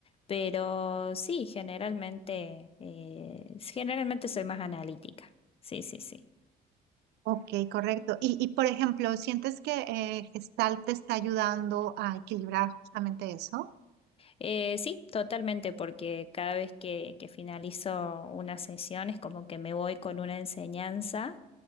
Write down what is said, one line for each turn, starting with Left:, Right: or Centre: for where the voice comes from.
Left: pero sí, generalmente, eh, generalmente soy más analítica. Sí, sí, sí.
Right: Ok, correcto. Y, y por ejemplo, ¿sientes que eh, Gestalt te está ayudando a equilibrar justamente eso?
Left: Eh, sí, totalmente, porque cada vez que, que finalizo una sesión es como que me voy con una enseñanza